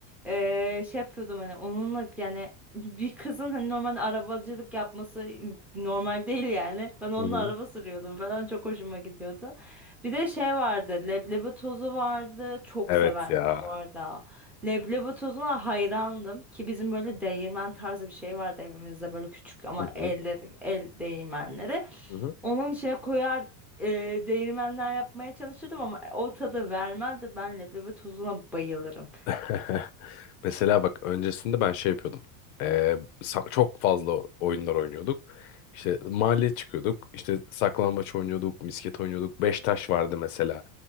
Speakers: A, in the centre; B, on the left.
A: eee, şey yapıyordum hani onunla yani <laughs> bir kızın hani normalde arabacılık yapması normal değil yani. Ben onunla
B: Hı hı.
A: araba sürüyordum falan çok hoşuma gidiyordu. Bir de şey vardı leblebi tozu vardı. Çok
B: Evet
A: severdim
B: ya.
A: bu arada. Leblebi tozuna hayrandım ki bizim böyle değirmen tarzı bir şey vardı evimizde böyle küçük ama
B: Hı hı.
A: elde el değirmenleri.
B: Hı hı.
A: Onun içine koyar e, değirmenden yapmaya çalışırdım ama o tadı vermezdi. Ben leblebi tozuna bayılırım.
B: <laughs> Mesela bak öncesinde ben şey yapıyordum. Ee, sa- çok fazla oyunlar oynuyorduk. İşte mahalleye çıkıyorduk. İşte saklambaç oynuyorduk, misket oynuyorduk. Beş taş vardı mesela.